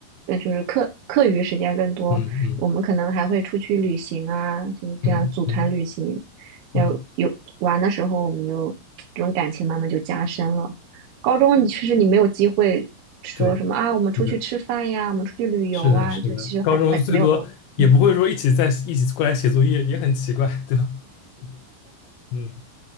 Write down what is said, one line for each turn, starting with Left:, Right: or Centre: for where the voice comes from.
Right: 呃，就是课课余时间更多，
Left: 嗯嗯
Right: 我们可能还会出去旅行啊，就是这样组团旅行。
Left: 嗯嗯
Right: 要有玩的时候，
Left: 嗯。
Right: 我们就这种感情慢慢就加深了。高中你其实你没有机会说什么啊，
Left: 对，
Right: 我们出去吃饭呀，
Left: 是的，
Right: 我们出去旅游啊，
Left: 是的，是的，
Right: 就其实很很没有这种。
Left: 高中最多也不会说一起在一起过来写作业，
Right: 嗯
Left: 也很奇怪，对吧？<laughs> 嗯，